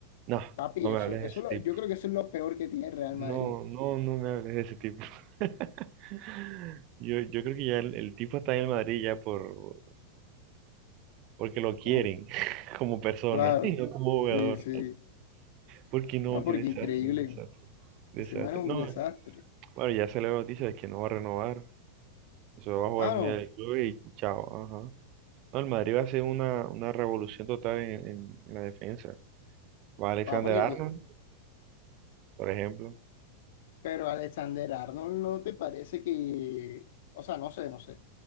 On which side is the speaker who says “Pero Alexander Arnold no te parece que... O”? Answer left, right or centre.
Left